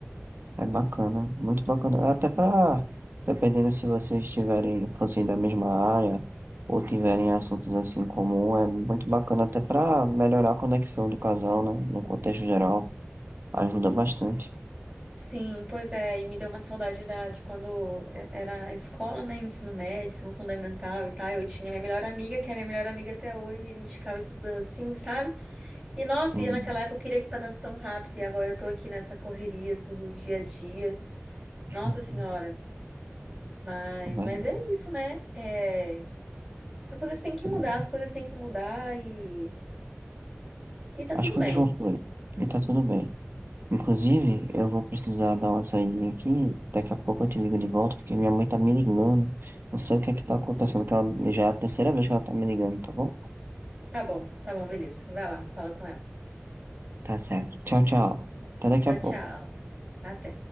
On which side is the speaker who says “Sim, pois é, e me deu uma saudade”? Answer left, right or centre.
Right